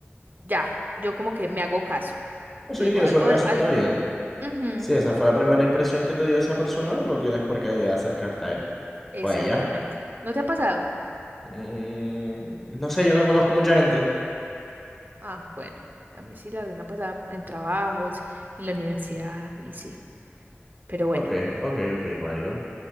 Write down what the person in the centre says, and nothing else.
pues
sí,
eso,
eso
está bien.
Si esa fue la primera impresión que te dio esa persona, no tienes por qué acercarte a él
o a ella.
Mm, no sé, yo no conozco mucha gente.
Ok, ok, ok, válido.